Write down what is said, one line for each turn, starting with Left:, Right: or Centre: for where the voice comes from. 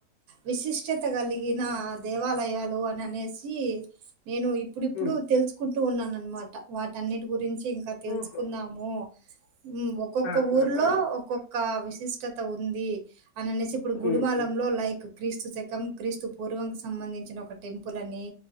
Right: విశిష్టత కలిగిన దేవాలయాలు అని అనేసి నేను ఇప్పుడిప్పుడు
Left: మ్మ్.
Right: తెలుసుకుంటూ ఉన్నాను అనమాట వాటి టన్నిటి గురించి ఇంకా తెలుసుకుందాము
Left: ఓహో.
Right: ఊ ఒక్కొక్క
Left: ఆ,
Right: ఊర్లో
Left: ఆ, ఆ.
Right: ఒక్కొక్క విశిష్టత ఉంది అని అనేసి ఇప్పుడు
Left: మ్మ్,
Right: గుడిమాల
Left: మ్మ్,
Right: లో లైక్ క్రీస్తు శకం క్రీస్తు పూర్వం సంబంధించిన ఒక టెం పుల్ అని